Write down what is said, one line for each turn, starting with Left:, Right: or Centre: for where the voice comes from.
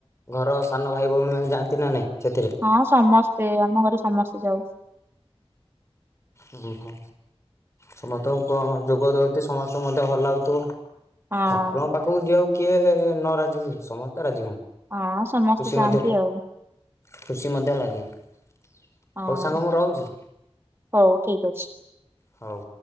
Left: ଘର ସାନ ଭାଇ ଭଉଣୀ ମାନେ ଯାଆନ୍ତି ନା ନାଇଁ। ସେଥିରେ
Right: ହଁ ସମସ୍ତେ ଆମ ଘରେ ସମସ୍ତେ ଯାାଉ।
Left: ଓହୋ। ସମସ୍ତଙ୍କୁ କଣ ଯୋଗ ଦଉଛି ସମସ୍ତଙ୍କୁ ମଧ୍ୟ ଭଲ ଲାଗୁଥିବ।
Right: ହଁ
Left: ଠାକୁରଙ୍କ ପାଖକୁ ଯିବାକୁ କିଏ ନ ରାଜି ହୁଏ ସମସ୍ତେ ରାଜି ହୁଅନ୍ତି। ଖୁସି
Right: ହଁ ସମସ୍ତେ ଯାଆନ୍ତି
Left: ମଧ୍ୟ
Right: ଆଉ
Left: ଖୁସି ମଧ୍ୟ ଲାଗେ ହଉ
Right: ହଁ।
Left: ସାଙ୍ଗ ମୁଁ ରହୁଛି।
Right: ହଉ ଠିକ୍ ଅଛି।
Left: ହଉ।